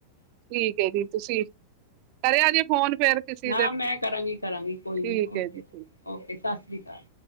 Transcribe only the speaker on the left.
ਨਾ
ਮੈਂ ਕਰਾਂਗੀ-ਕਰਾਂਗੀ, ਕੋਈ
ਨੀ
ਓਕੇ-ਓਕੇ,
ਸਤਿ ਸ੍ਰੀ ਅਕਾਲ।